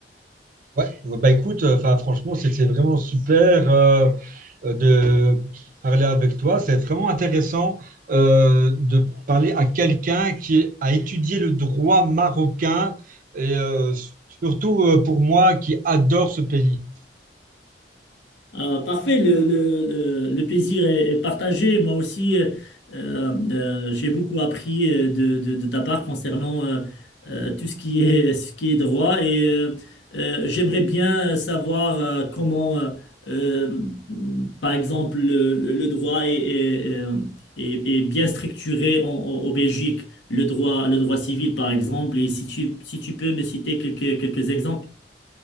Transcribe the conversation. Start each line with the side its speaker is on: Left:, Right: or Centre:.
Right: Ouais, ouais, bah écoute, euh, enfin franchement, c'était vraiment super euh, euh, de parler avec toi. C'est vraiment intéressant euh, de parler à quelqu'un qui a étudié le droit marocain et euh, surtout euh, pour moi qui adore ce pays.
Left: Euh, parfait, le, le- le- le plaisir est, est partagé. Moi aussi, euh, euh, j'ai beaucoup appris euh, de, de- de ta part concernant euh, euh, tout ce qui est, ce qui est droit et euh, euh, j'aimerais bien savoir euh, comment, euh, euh, par exemple, le, le- le droit est, est- est- est est bien structuré en, en- en Belgique, le droit, le droit civil, par exemple. Et si tu, si tu peux me citer quelques, quelques exemples.